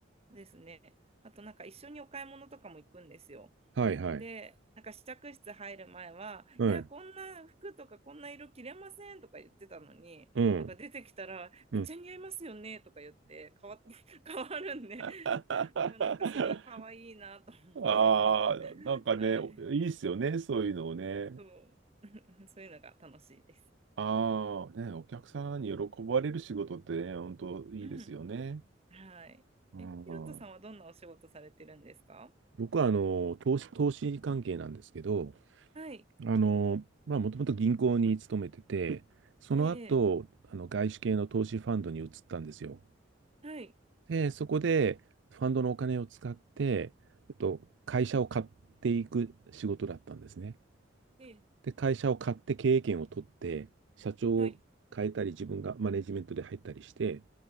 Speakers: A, on the right; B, on the right.
A: うですね。あとなんか一緒にお買い物とかも行くんですよ。
B: はいはい。
A: で、なんか試着室入る前は、
B: うん。
A: いや、こんな服とかこんな色着れませんとか言ってたのに、
B: うん。
A: なんか出てきたら、めっちゃ似合いますよねとか言って、
B: うん。
A: 変わって、<laughs> 変わるんで、<laughs>
B: <laughs>
A: うんなんかすごい可愛いなと思って、
B: ああ、
A: <laughs>
B: なんかね、
A: はい、
B: おいいっすよね、そういうのをね。
A: そう、<laughs> そういうのが楽しいです。
B: ああ、ね、お客さんに喜ばれる仕事ってね、本当いいですよね。
A: うん、はい。
B: うん。
A: え、ひろとさんはどんなお仕事されてるんですか
B: 僕はあの投資、投資関係なんですけど、
A: はい、
B: あの、まあ、もともと銀行に勤めてて、その後、
A: ええ。
B: あの外資系の投資ファンドに移ったんですよ。
A: はい。
B: で、そこでファンドのお金を使って、えっと、会社を買っていく仕事だったんですね。
A: ええ、
B: で、会社を買って経営権を取って、社長を変えたり、
A: はい。
B: 自分がマネジメントで入ったりして、